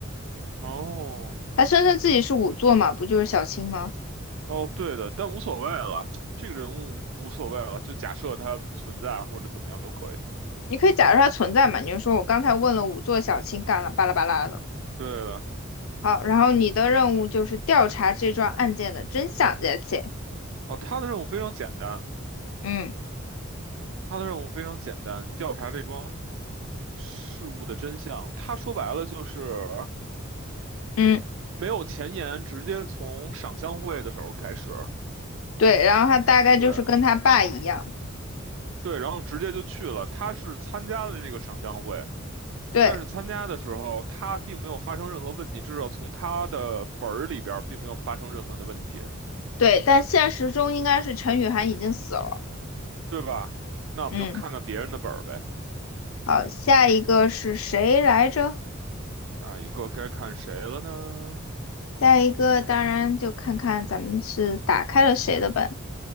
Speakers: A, on the right; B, on the left.
A: 哦，
B: 他声称自己是仵作嘛，不就是小青吗？
A: 哦，对的，但无所谓了，这个人物无所谓了，就假设他存在或者怎么样都可以。
B: 你可以假设他存在嘛，你就说我刚才问了仵作小青干了巴拉巴拉的。
A: 对的，
B: 好，然后你的任务就是调查这桩案件的真相，that's it。
A: 哦，他的任务非常简单，
B: 嗯
A: 他的任务非常简单，调查这桩事物的真相。他说白了就是。
B: 嗯，
A: 没有前言，直接从赏香会的时候开始，
B: 对，然后他大概就是跟他爸一样。
A: 对对，然后直接就去了。他是参加了这个赏香会，
B: 对，
A: 但是参加的时候他并没有发生任何问题，至少从他的本儿里边儿并没有发生任何的问题，
B: 对，但现实中应该是陈雨涵已经死了。
A: 对吧？那我们就看看别人的本儿呗。
B: 嗯，好，下一个是谁来着？
A: 下一个该看谁了呢？
B: 下一个当然就看看咱们是打开了谁的本。